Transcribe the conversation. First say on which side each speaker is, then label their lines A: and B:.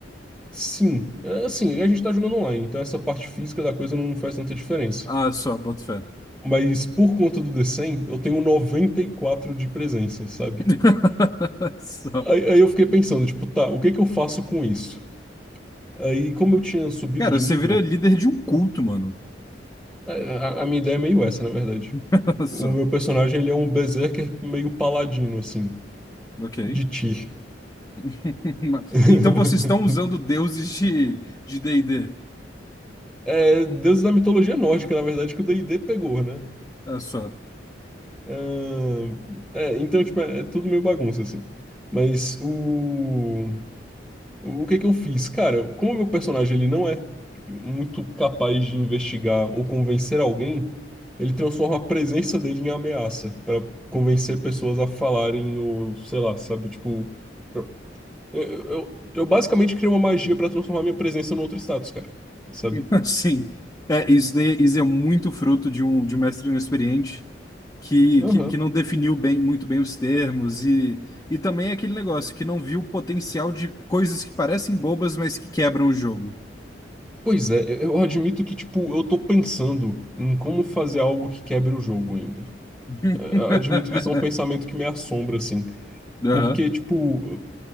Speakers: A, in the centre; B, on the left.
A: Sim, é, assim, a gente tá jogando online, então essa parte física da coisa não faz tanta diferença.
B: Ah, só, boto fé.
A: Mas por conta do D100, eu tenho 94 de presença, sabe?
B: <laughs> Só.
A: Aí, aí eu fiquei pensando, tipo, tá, o que que eu faço com isso? Aí, como eu tinha subido
B: Cara,
A: de
B: você
A: nível,
B: vira líder de um culto, mano.
A: a, a- a minha ideia é meio essa, na verdade.
B: <laughs> Só.
A: O meu personagem, ele é um berserker meio paladino, assim,
B: Ok.
A: de Tyr.
B: <laughs>
A: <laughs>
B: Então vocês estão usando deuses de de D&D.
A: É, deus da mitologia nórdica, na verdade, que o D&D pegou, né
B: Olha só.
A: Ah, é, então, tipo, é, é tudo meio bagunça, assim. Mas o... O que que eu fiz? Cara, como o meu personagem ele não é muito capaz de investigar ou convencer alguém, ele transforma a presença dele em ameaça pra convencer pessoas a falarem ou, sei lá, sabe? Tipo, pra- eu, eu, eu basicamente criei uma magia pra transformar minha presença num outro status, cara. Sabe?
B: <laughs> Sim, é, isso, daí- isso é muito fruto de um, de um mestre inexperiente que,
A: Aham.
B: que, que não definiu bem, muito bem os termos e, e também é aquele negócio que não viu o potencial de coisas que parecem bobas, mas que quebram o jogo.
A: Pois é, eu eu admito que, tipo, eu tô pensando em como fazer algo que quebre o jogo ainda.
B: <laughs>
A: É, Eu Admito que isso é um pensamento que me assombra, assim.
B: Aham,
A: Porque, tipo,